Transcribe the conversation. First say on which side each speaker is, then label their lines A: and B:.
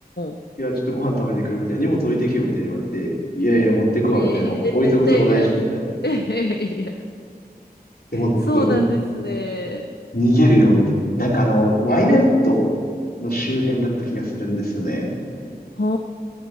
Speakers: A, on the left; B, on the left.
A: ー。
B: いや、ちょっとご飯食べてくるみたいな、荷物置いてけよみたいに言われて、いやいや、持ってくわみたいな、
A: え
B: 置いとくとこないし、
A: え、絶対やん。
B: みたいな。
A: <laughs> いや、
B: でも、ちょっと
A: そうなんですね。
B: に逃げるようにで、なんかあの、ワイナウッドの周辺だった気がするんですよね。
A: ほ